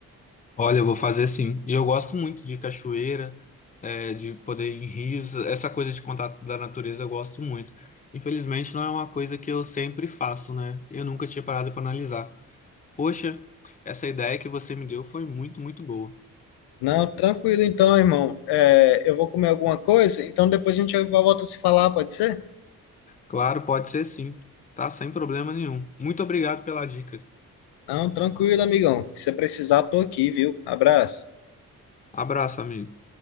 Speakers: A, on the left; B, on the left.
A: Olha, eu vou fazer sim. E eu gosto muito de cachoeira, eh, de poder ir em rios, essa coisa de contato da natureza eu gosto muito. Infelizmente, não é uma coisa que eu sempre faço, né? Eu nunca tinha parado para analisar. Poxa, essa ideia que você me deu foi muito, muito boa.
B: Não, tranquilo então, irmão. É, eu vou comer alguma coisa, então depois a gente volta a se falar, pode ser?
A: Claro, pode ser sim, tá? Sem problema nenhum. Muito obrigado pela dica.
B: Não, tranquilo, amigão. Se você precisar, tô aqui, viu? Abraço.
A: Abraço, amigo.